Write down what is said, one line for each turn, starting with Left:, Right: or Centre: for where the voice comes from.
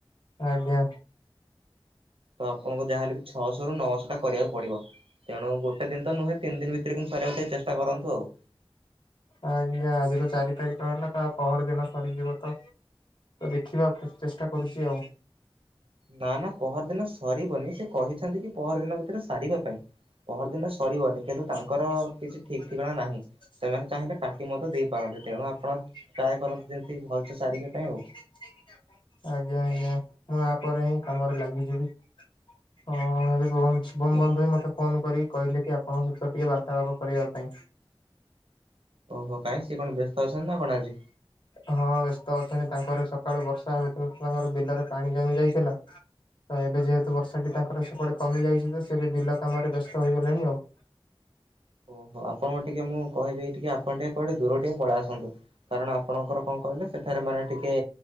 Left: ଆଜ୍ଞା।
Right: ତ ଆପଣଙ୍କୁ ଯାହା ହେଲେବି ଛଅଶହରୁ ନଅଶହ ଟା କରିବାକୁ ପଡିବ। ତେଣୁ ଗୋଟେଦିନ ତ ନୁହେଁ ତିନି ଦିନ ଭିତରେ କିନ୍ତୁ ସାରିବାକୁ ଟିକେ ଚେଷ୍ଟା କରନ୍ତୁ ଆଉ।
Left: ଆଜ୍ଞା ଆଜି ତ ଚାରି ତାରିଖ ହେଲା ତ ପହରଦିନ ସରିଯିବ ତ। ତ ଦେଖିବା କୁ ଚେଷ୍ଟା କରୁଛି ଆଉ।
Right: ନାଁ ନାଁ ପହର ଦିନ ସରିବନି। ସେ କହିଛନ୍ତି କି ପହରଦିନ ଭିତରେ ସାରିବା ପାଇଁ। ପହରଦିନ ସରିବନି କିନ୍ତୁ
Left: ଆଜ୍ଞା
Right: ତାଙ୍କର କିଛି ଠିକ୍ ଠିକଣା ନାହିଁ। ସେମାନେ ଚାହିଁଲେ କାଟି ମଧ୍ୟ ଦେଇପାରନ୍ତି। ତେଣୁ ଆପଣ ଟ୍ରାଏ କରନ୍ତୁ ଯେମିତି ଭଲସେ ସାରିବା ପାଇଁ ଆଉ।
Left: ଆଜ୍ଞା ଆଜ୍ଞା ମୁଁ ଆ ପରେ ହିଁ କାମରେ ଲାଗିଯିବି। ହଁ ଏବେ
Right: ପ୍ଲିଜ୍।
Left: ସୁଭମ ସୁଭମ ବନ୍ଧୁ ହି ମତେ ଫୋନ କରିକି କହିଲେ କି ଆପଣଙ୍କ ସହିତ ଟିକେ ବାର୍ତ୍ତାଳାପ କରିବା ପାଇଁ।
Right: ଓହୋ କାଇଁ ସିଏ କଣ ବ୍ୟସ୍ତ ଅଛନ୍ତି ନା କଣ ଆଜି?
Left: ହଁ ବ୍ୟସ୍ତ ଅଛନ୍ତି। ତାଙ୍କର ସକାଳୁ ବର୍ଷା ହେଉଥିଲା ତ ତାଙ୍କର ବିଲରେ ପାଣି ଜମି ଯାଇଥିଲା। ତ ଏବେ ଯେହେତୁ ବର୍ଷାଟି ତାଙ୍କର ସେପଟେ କମି ଯାଇଛି ତ ସେ ଏବେ ବିଲ କାମରେ ବ୍ୟସ୍ତ ହୋଇଗଲେଣି ଆଉ।
Right: ଓହୋ ଆପଣଙ୍କ ଟିକେ ମୁଁ କହିବି ଏଇ ଟିକେ ଆପ ପଣ ଟିକେ କୋଉଠି ଦୂରକୁ ଟିକେ ପଳେଇ ଆସନ୍ତୁ। କାରଣ ଆପଣଙ୍କର କଣ କହିଲେ ସେଠାରେ ମାନେ ଟିକେ